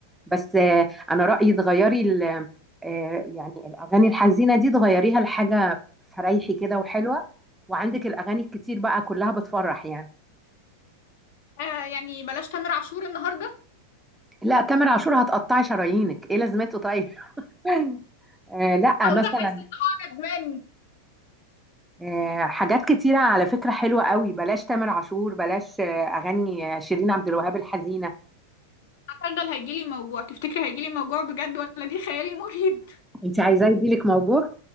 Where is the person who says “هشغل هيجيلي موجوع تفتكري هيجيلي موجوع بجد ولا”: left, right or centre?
Left